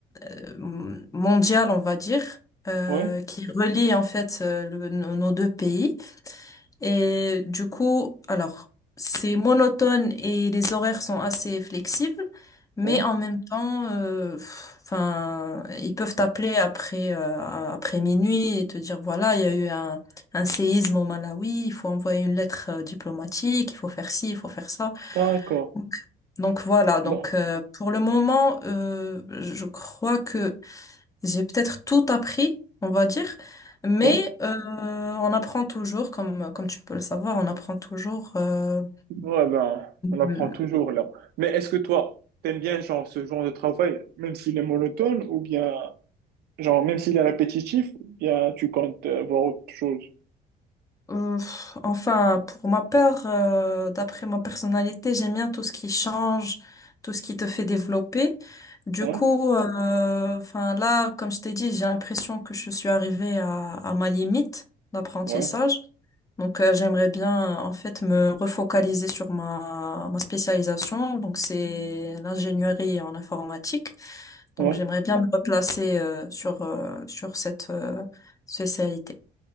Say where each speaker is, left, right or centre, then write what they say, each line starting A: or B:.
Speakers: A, on the left (about 20°); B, on the right (about 70°).
A: euh, mondiale, on va dire, euh,
B: Ouais,
A: qui relie en fait euh, le- nos nos deux pays. Et du coup, alors, c'est monotone et les horaires sont assez flexibles, mais
B: ouais.
A: en même temps, euh, pff, enfin, ils peuvent t'appeler après euh, après minuit et te dire voilà, il y a eu un, un séisme au Malawi, il faut envoyer une lettre euh, diplomatique, il faut faire ci, il faut faire ça.
B: D'accord.
A: Donc, donc voilà, donc
B: Non.
A: euh, pour le moment, euh, je crois que j'ai peut-être tout appris, on va dire, mais
B: ouais.
A: euh, on apprend toujours, comme, comme tu peux le savoir, on apprend toujours. euh,
B: Ouais, ben, on apprend
A: euh,
B: toujours là. Mais est-ce que toi, t'aimes bien genre ce genre de travail, même s'il est monotone, ou bien genre même s'il est répétitif, ou bien tu comptes euh, voir autre chose?
A: euh, enfin, pour ma part, euh, d'après ma personnalité, j'aime bien tout ce qui change, tout ce qui te fait développer. Du
B: Ouais,
A: coup, euh, enfin là, comme je t'ai dit, j'ai l'impression que je suis arrivée à, à ma limite d'apprentissage.
B: ouais,
A: Donc, euh, j'aimerais bien, en fait, me refocaliser sur ma, ma spécialisation. Donc, c'est l'ingénierie en informatique.
B: ouais.
A: Donc, j'aimerais bien me replacer, euh, sur, euh, sur cette, euh, spécialité.